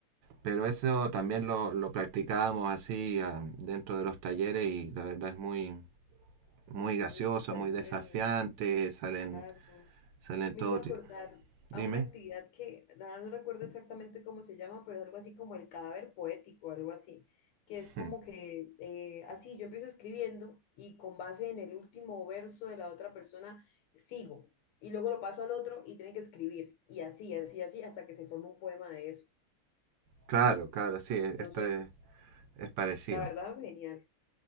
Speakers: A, on the right; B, on the left.
A: Pero eso también lo, lo practicábamos así ah, dentro de los talleres y la verdad es muy, muy gracioso,
B: Uy, súper
A: muy
B: bueno,
A: desafiante, salen,
B: claro.
A: salen
B: Me
A: todo.
B: hizo acordar
A: Dime.
B: a una actividad
A: <laughs>
B: que ahora no recuerdo exactamente cómo se llama, pero es algo así como el cadáver poético, algo así, que es como
A: Hmm.
B: que eh, así yo empiezo escribiendo y con base en el último verso de la otra persona sigo y luego lo paso al otro y tiene que escribir y así, así, así hasta que se forma un poema de eso.
A: Claro, claro, sí, e-,
B: Entonces,
A: esto es, es parecido.
B: la verdad, genial.